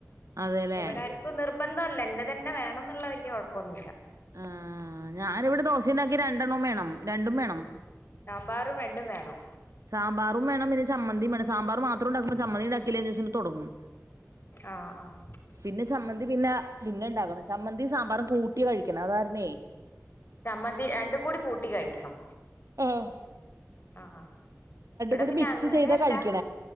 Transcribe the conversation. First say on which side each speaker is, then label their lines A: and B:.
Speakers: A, on the right; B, on the left.
A: അതെല്ലേ
B: പിന്നെ ഇവിടടു ത്ത് നിർബന്ധം അല്ല എന്നെ തന്നെ വേണംന്നിള്ള വല്ല്യ കൊഴപ്പോന്നുല്ല
A: ആഹ് ഞാനിവിടെ ദോശയിണ്ടാക്കി രണ്ടെണ്ണോം വേണം രണ്ടും വേണം
B: സാമ്പാറും രണ്ടും വേണം
A: സാമ്പാറും വേണം പിന്നെ ചമ്മന്തിയും വേണം സാമ്പാറ് മാത്രം ഉണ്ടാക്കുമ്പ ചമ്മന്തി ഇണ്ടാക്കില്ലേന്ന് ചോദിച്ചോണ്ട് തൊടങ്ങും
B: ആഹ് ആഹ്
A: പിന്നെ ചമ്മന്തി പിന്നെ പിന്നെ ഇണ്ടാക്കണം ചമ്മന്തീം സാമ്പാറും കൂട്ടി കഴിക്കണം അത്കാരണേ
B: ചമ്മന്തി രണ്ടും കൂടി കൂട്ടി കഴിക്കണം
A: ഉം
B: ആഹ് ഇവിടെ
A: കൂടി
B: പിന്നെ
A: മിക്സ്
B: അങ്ങനെ
A: ചെയ്താ
B: അല്ല
A: കഴിക്കണം